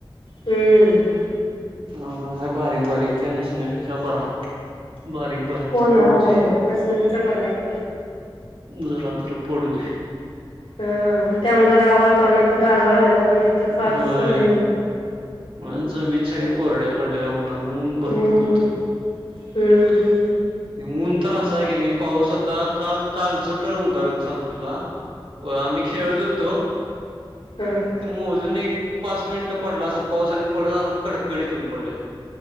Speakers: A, on the left; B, on the right.
A: हम्म,
B: हा हा बर. बारीक बारीक काय नसण्यापेक्षा बरा. बारीक बारीक
A: हो
B: तर
A: ना
B: पडूदे.
A: होय होय नसण्यापेक्षा बरं आहे आपलं
B: जरा तर पडू दे.
A: हम त्यामुळे जरा वातावरणात गारवा आपले बाबा नाही तर फारच
B: होय
A: हे होत.
B: मग जमीन सगळ्या कोरड्या पडलेल्या ऊना ने ऊन भरपूर
A: हम्म
B: होत आणि
A: हम्म हम्म
B: ऊन तर असलं. ऊन हाय कनी पाऊस आता काल कालच तर ऊन उदाहरण सांगतो तुला, आम्ही खेळत होतो.
A: हम,
B: अजून एक पाच मिनिट पडला असेल. पाऊस आणि परत अस कडकडीत ऊन पडले.